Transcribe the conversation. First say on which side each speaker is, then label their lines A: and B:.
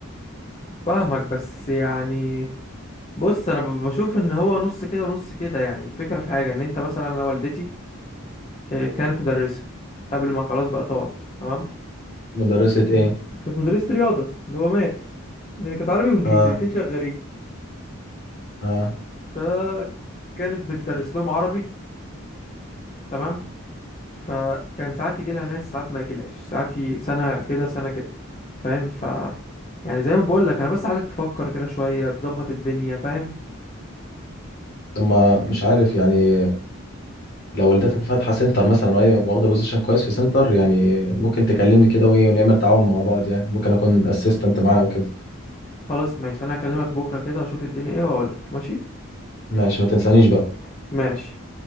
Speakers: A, on the left; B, on the left.
A: فاهمك بس يعني بص انا ب- بشوف ان هو نص كده ونص كده يعني الفكره في حاجه ان انت مثلا انا والدتي آه، كانت مدرسه قبل ما خلاص بقى تقعد تمام
B: مدرسه
A: مم.
B: ايه
A: كانت مدرسه رياضه اللي هو ماث يعني كانت عربي وانجليزي
B: اه
A: الاتنين شغالين
B: اه
A: فكانت بتدرس لهم عربي تمام فكان ساعات يجي لها ناس ساعات ما يجيلهاش ساعات ي- سنه كده سنه كده فاهم ف يعني زي ما بقول لك انا بس عايزك تفكر كده شويه تظبط الدنيا فاهم
B: طب ما مش عارف يعني لو والدتك فاتحه سنتر مثلا وهي واخده بوزيشن كويس في سنتر يعني ممكن تكلمني كده وايه ونعمل تعاون مع بعض يعني ممكن اكون اسيستنت معاها وكده
A: خلاص ماشي انا هكلمك بكره كده واشوف الدنيا ايه واقول لك ماشي
B: ماشي ما تنسانيش بقى
A: ماشي